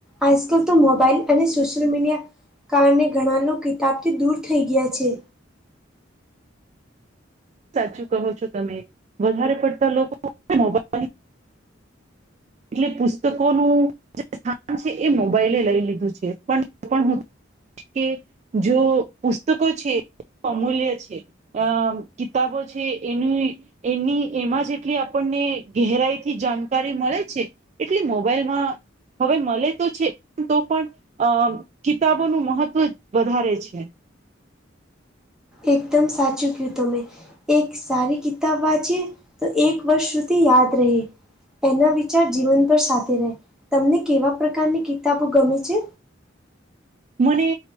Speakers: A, in the centre; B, on the right.
A: આજકાલ તો મોબાઈલ અને સોશિયલ મીડિયા. કારણે ઘણા લોકો કિતાબથી દૂર થઈ ગયા છે.
B: સાચું કહો છો તમે વધારે પડતા લોકો હ મોબાઈલ. એટલે પુસ્તકોનું જે સ્થાન છે એ મોબાઈલે લઈ લીધું છે પણ પણ હું કે જો પુસ્તકો છે અમૂલ્ય છે. અ કિતાબો છે એનુંય. એની એમાં જેટલી આપણને ગેરાઈ થી જાણકારી મળે. છે. એટલે મોબાઈલમાં હવે મળે તો છે તો પણ અ કિતાબોનું મહત્વ વધારે છે.
A: એકદમ સાચું કીયુ તમે. એક સારી કિતાબ વાંચીએ તો એક વર્ષ સુધી યાદ રહે. એના વિચાર જીવન પર સાથે રહે તમને કેવા પ્રકારની કિતાબો ગમે છે.
B: મને